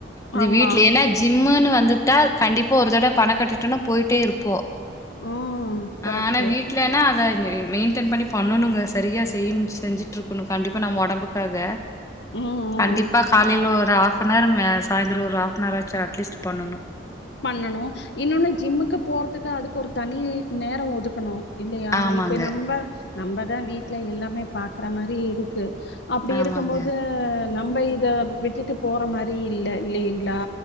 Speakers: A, on the left; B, on the left.
A: இது
B: ஆமா
A: வீட்ல ஏன்னா ஜிம்முன்னு வந்துட்டா கண்டிப்பா ஒரு தடவ பண கட்டிட்டோன்னா போயிட்டே இருப்போ
B: ம் கரெக்ட்டு
A: ஆ ஆனா வீட் ட்லனா அத மெயின்டென் பண்ணி பண்ணனுங்க சரியா செயிஞ்சு செஞ்சுட்ருக்கனு கண்டிப்பா நம ஒடம்புக்கு க்காக
B: ம்
A: கண்டிப்பா
B: ம்
A: காலைல ஒரு ஆஃப் பண்ணாருமே சாயந்தர ஒரு ஹஃப் அன் ஆர் ஆச்சா அட்லீஸ்ட் பண்ணனு
B: பண்ணனு இன்னொன்னு ஜிம்முக்கு போறதுக்கு அதுக்கு ஒரு தனி நேர ஒதுக்கணு இல்லையா
A: ஆமாங்க
B: இப்ப நம்ப நம்பதா வீட்ல எல்லாமே பாக்றா மாரி இருக்கு அப்டி
A: ஆமாங்க
B: இருக்கும்போது நம்ப இத விட்டுட்டு போற மாரி இல்ல இல்லைங்களா